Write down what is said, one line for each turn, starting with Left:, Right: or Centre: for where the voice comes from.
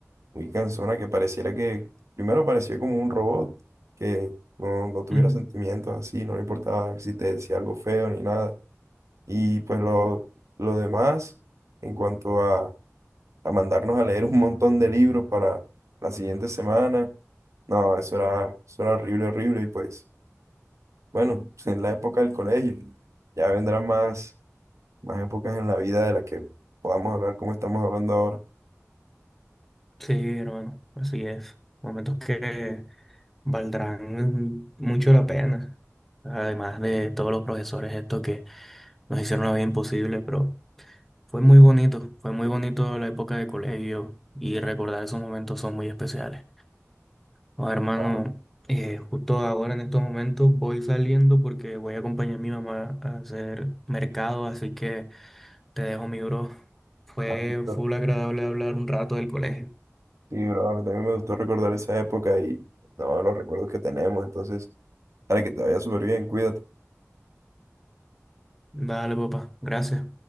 Right: muy cansona que pareciera que, primero parecía como un robot, que no, no tuviera
Centre: Mm,
Right: sentimientos así, no le importaba si te decía algo feo ni nada. Y pues lo, lo demás, en cuanto a a mandarnos a leer un montón de libros para la siguiente semana. No, eso era, eso era horrible, horrible. Y pues, bueno, <laughs> en la época del colegio, ya vendrán más, más épocas en la vida de las que podamos hablar como estamos hablando ahora.
Centre: Sí, hermano, así es. Momentos que valdrán mucho la pena. Además de todos los profesores estos que nos hicieron la vida imposible, pero... Fue muy bonito, fue muy bonito la época de colegio y recordar esos momentos son muy especiales. Ahora, hermano,
Right: Claro,
Centre: eh, justo ahora en estos momentos voy saliendo porque voy a acompañar a mi mamá a hacer mercado, así que te dejo mi bro. Fue
Right: claro, claro.
Centre: full agradable hablar un rato del colegio.
Right: Sí, bro, a mí también me gustó recordar esa época y no, los recuerdos que tenemos. Entonces, para que te vaya súper bien, cuídate.
Centre: Vale, papá, gracias.